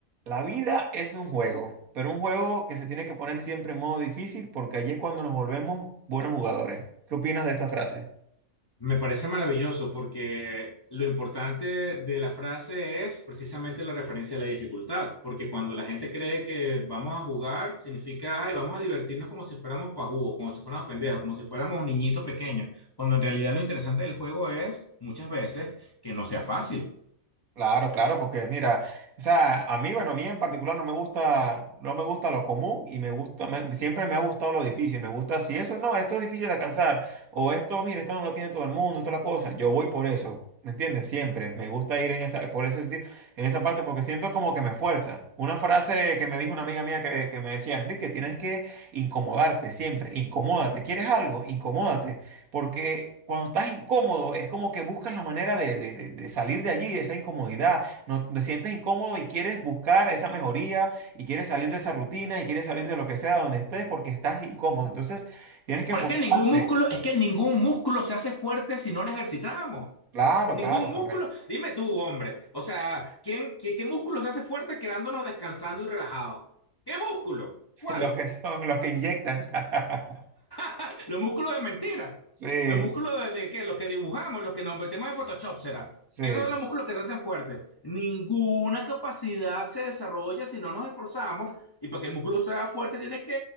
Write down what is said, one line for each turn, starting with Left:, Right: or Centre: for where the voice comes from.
Right: La vida es un juego, pero un juego que se tiene que poner siempre en modo difícil porque allí es cuando nos volvemos buenos jugadores. ¿Qué opinas de esta frase?
Left: Me parece maravilloso porque lo importante de la frase es precisamente la referencia a la dificultad, porque cuando la gente cree que vamos a jugar, significa, ay, vamos a divertirnos como si fuéramos pajugos, como si fuéramos pendejos, como si fuéramos niñitos pequeños, cuando en realidad lo interesante del juego es, muchas veces, que no sea fácil.
Right: Claro, claro, porque mira, o sea, a mí, bueno, a mí en particular no me gusta, no me gusta lo común y me gusta, me- siempre me ha gustado lo difícil, me gusta, si eso no, esto es difícil de alcanzar, o esto, mira, esto no lo tiene todo el mundo, esto es la cosa, yo voy por eso, ¿me entiendes? Siempre, me gusta ir en esa, por ese, ti- en esa parte porque siento como que me fuerza. Una frase que me dijo una amiga mía que, que me decía, Enrique, tienes que incomodarte siempre, incomódate, ¿quieres algo? Incomódate. Porque cuando estás incómodo, es como que buscas la manera de, de- de- de salir de allí, de esa incomodidad. No, te sientes incómodo y quieres buscar esa mejoría y quieres salir de esa rutina y quieres salir de lo que sea donde estés porque estás incómodo. Entonces, tienes que
Left: Pero
Right: forzarte.
Left: es que ningún músculo, es que ningún músculo se hace fuerte si no lo ejercitamos.
Right: Claro,
Left: Ningún
Right: claro,
Left: músculo.
Right: correcto.
Left: Dime tú, hombre. O sea, ¿quién, qué, qué músculo se hace fuerte quedándonos descansando y relajados? ¿Qué músculo?
Right: <laughs>
Left: ¿Cuál?
Right: Los que son, los que inyectan. <laughs>
Left: <laughs> Los músculos de mentira.
Right: Sí,
Left: Los músculos de, de qué? Los que dibujamos, los que nos metemos en Photoshop, será.
Right: sí,
Left: Esos son los músculos que se hacen fuertes. Ninguna capacidad se desarrolla si no nos esforzamos. Y para que el músculo sea fuerte, tienes que